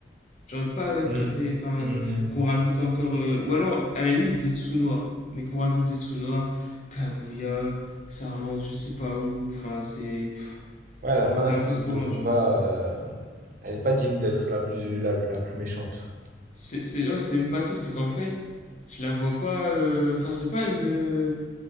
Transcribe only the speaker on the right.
Hmm,
hmm.
Ouais, elle
a
pas un
style
de
combat.
euh, Elle est pas digne d'être la plus, la, la plus méchante.